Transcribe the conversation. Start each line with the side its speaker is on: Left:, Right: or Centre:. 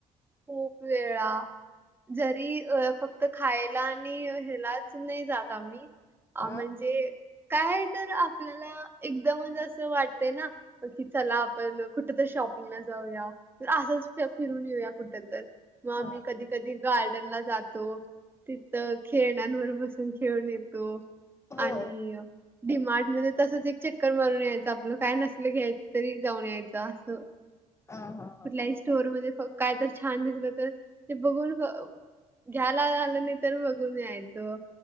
Right: खूप वेळा. जरी अ फक्त खायला आणि ह्यालाच नाही जात आम्ही. अ
Left: हा
Right: म्हणजे काय तर आपल्याला एकदम असं वाटतय ना. की चला आपण कुठ तर शॉपिंगला जाऊया असंच फिरून येऊया. कुठ तर, मग
Left: हा
Right: आम्ही कधी कधी गार्डन ला जातो. तिथं खेळण्यावर बसून खेळून येतो.
Left: हो
Right: आणि डिमार्ट मध्ये तसच एक चक्कर मारून यायचं आपलं काय नसलं घ्यायच तरी जाऊन यायचं असं.
Left: अ हा. हा.
Right: कुठल्याही स्टोर मध्ये काय तर छान दिसलं तर ते बघून घ्यायला आलं नाही तर बघून यायचो.